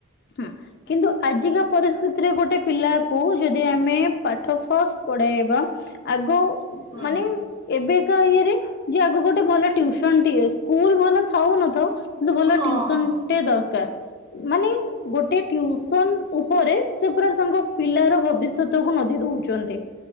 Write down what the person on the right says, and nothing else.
ହଁ
ହଁ
ହଁ